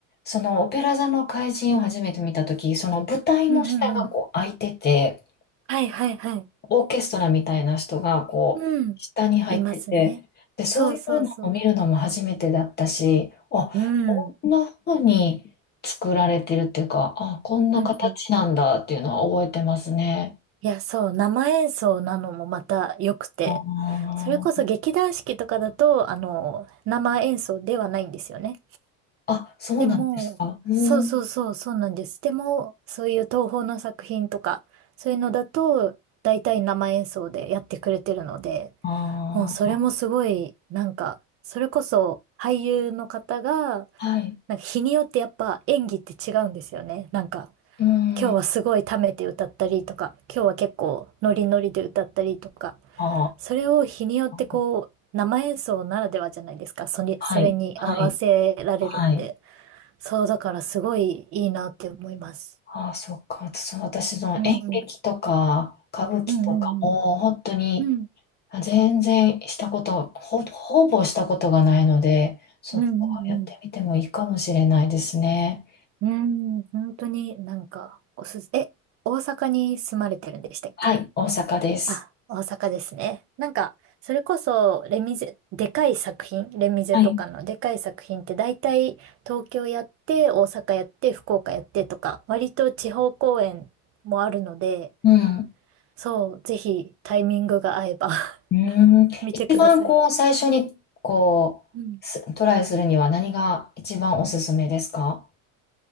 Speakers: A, on the left; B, on the right.
A: そのオペラ座の怪人を初めて見たとき、その舞台の下がこう開いてて、
B: うんうんうん。はいはいはい。
A: オーケストラみたいな人がこう下に入ってて、
B: うん。いますね。
A: で、そういうのを見るのも初めてだったし、
B: そうそうそう。
A: あ、
B: うん。
A: こんな風に作られてるっていうか、あ、こんな形なんだっていうのは覚えてますね。
B: うんうん。いや、そう、生演奏なのもまた良くて、
A: あー、
B: それこそ劇団四季とかだと、あの、生演奏ではないんですよね。
A: あ、そうなんですか。
B: でも、
A: うん。
B: そうそうそう、そうなんです。でも、そういう東宝の作品とか、そういうのだと、大体生演奏でやってくれてるので、
A: あ
B: もうそれもすごい、なんか、それこそ俳優の方が、
A: あ、はい。
B: なんか日によってやっぱ演技って違うんですよね。なんか、
A: うん。
B: 今日はすごい溜めて歌ったりとか、今日は結構ノリノリで歌ったりとか、
A: あ
B: それを日によってこう、
A: あ、
B: 生演奏ならではじゃないですか。それ、
A: はい、
B: それに合わせられるって。
A: はい、はい。
B: そう、だからすごいいいなって思います。
A: ああ、そっか。そう、私、その演劇とか歌舞伎とかも、
B: うん。うんうんうん。
A: 本当に
B: うん。
A: あ全然したこと、ほ、ほぼしたことがないので、そっか、
B: うんうんう
A: やってみてもいいかもしれないですね。
B: ん。うん。本当になんか、おすす、え、大阪に住まれてるんでしたっけ
A: はい、大阪です。
B: あ、大阪ですね。なんか、それこそ、レミゼ、でかい作品、レミゼとかのでかい作品って大体東京やって、
A: はい。
B: 大阪やって、福岡やってとか、割と地方公演もあるので、
A: うん。
B: そう、ぜひタイミングが合えば
A: うーん。
B: <laughs> 見てください。
A: 一番こう、最初にこう、
B: うん
A: すトライするには何が一番おすすめですか